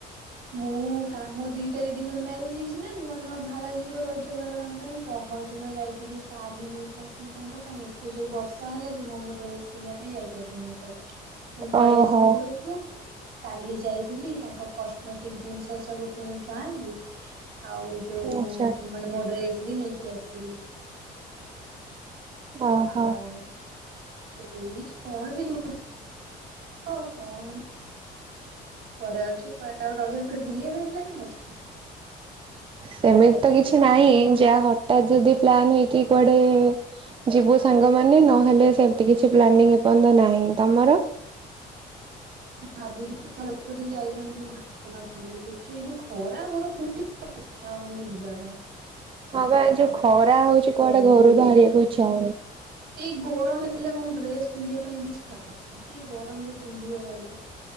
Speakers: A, on the right; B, on the right.
A: ମୁଁ-ଉ-ଉ-ଉ କା ମୋ ଦିଟା ଦିଦିଙ୍କର ମ୍ୟାରେଜ ହେଇଛି ନା ନୂଆ ନୂଆ ବା ଭାର ଯିବ ରଜ ଭାର ତାଙ୍କ ପାଇଁ ପହର ଦିନ ଯାଇଥିଲି ଶାଢୀ ନେଇକି ଆସିଲି ତାଙ୍କ ପାଇଁ ଏତେ ଜୋର ବର୍ଷା ହେଲା ଯେ ମୁଁ ମୋ ଡ୍ରେସ କିଣିବା ପାଇଁ ଯାଇପାଇଲିନି ଆଉ କୁଆଡେ। ପୁଣି ପଳେଇ
B: ଓହୋ।
A: ଆସିଲି ଘରକୁ କାଲି ଯାଇଥିଲି ତାଙ୍କ କଷ୍ଟମେଟିକ ଜିନିଷ ସବୁ କିଣିକି ଆଣିଲି। ଆଉ ଯୋଉ-ଉ-ଉ-ଉ
B: ଆଚ୍ଛା
A: ମାନେ ମୋ ଡ୍ରେସ୍ ବି ନେଇକି ଆସିଲି।
B: ଓହୋ
A: ଆଉ-ଉ-ଉ ସେଇ କଣ ସେ ଯୋଉ <unintelligible> କଣ ଘରେ ଅଛୁ କୁଆଡେ ଆଉ ରଜରେ କୁଆଡେ ବୁଲିବା ପାଇଁ ପ୍ଲାନିଂ ଅଛି?
B: ସେମିତି ତ କିଛି ନାହିଁ ଯାହା ହଠାତ ଯଦି ପ୍ଲାନ୍ ହେଇକି କୁଆଡେ-ଏ-ଏ ଯିବୁ ସାଙ୍ଗମାନେ ନହେଲେ ସେମତି କିଛି ପ୍ଲାନିଂ ଏ ପର୍ଯ୍ୟନ୍ତ ନାହିଁ, ତମର?
A: ଭାବୁଥିଲୁ <unintelligible> ଯାଇଥାନ୍ତୁ ଘଣ୍ଟ ଗାଁ ବୋଲି ଦେଖ ଏ ଯୋଉ ଖରା ଗରମ ହେଉଚି ଉଚ୍ଛା ହଉନି ଯିବା ପାଇଁ।
B: ହଁ ବା
A: ଆଉ
B: ଯୋଉ ଖରା ହଉଛି କୁଆଡେ ଘରୁ
A: ହୁଁ
B: ବାହାରିଆକୁ ଇଚ୍ଛା ହଉନି।
A: ଏଇ ଗରମ ହେଲେ କଣ ଡ୍ରେସ ପିନ୍ଧିବା ପାଇଁ ବି ଇଚ୍ଛା ହେବନି କି ଗରମରେ ପିନ୍ଧିବ କହିଲ।